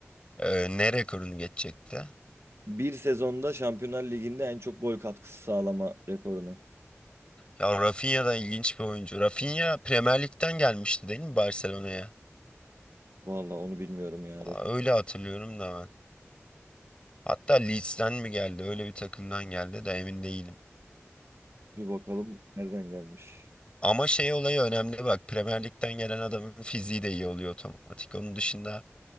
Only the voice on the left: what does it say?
Ee, ne rekorunu geçecekti?
Ya Rafinha da ilginç bir oyuncu. Rafinha Premier Lig'den gelmişti değil mi Barcelona'ya?
Aa,
Öyle hatırlıyorum da ben. Hatta Leeds'ten mi geldi? Öyle bir takımdan geldi de emin değilim.
Ama şey olayı önemli bak. Premier Lig'den gelen adamın fiziği de iyi oluyor otomatik. Onun dışında